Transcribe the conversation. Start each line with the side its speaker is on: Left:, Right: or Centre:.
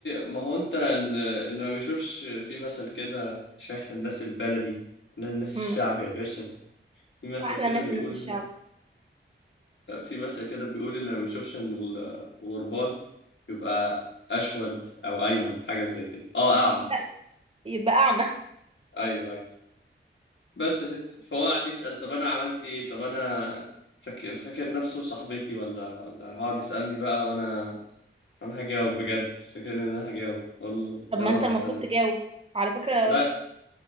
Left: ما هو أنت ال- اللي ما بيشوفش في مثل كده عشان إحنا الناس البلدي إحنا الناس
Right: مم.
Left: الشعب يا باشا في مثل
Right: احلى
Left: كده
Right: ناس
Left: بيقول
Right: الناس الشعب
Left: في مثل كده بيقول اللي ما بيشوفش ان الغربال يبقى اشول او ايمن حاجه زي كده اه اعمى
Right: لا يبقى اعمى
Left: ايوه ايوه بس يا ستي فهو قعد يسال طب انا عملت ايه طب انا فاكر فاكر نفسه صاحبتي ولا ولا هقعد يسالني بقى وانا وانا هجاوب بجد فاكر ان انا هجاوب اقول له
Right: طب
Left: يلا
Right: ما انت
Left: مع
Right: المفروض
Left: السلامه
Right: تجاوب على فكرة
Left: لا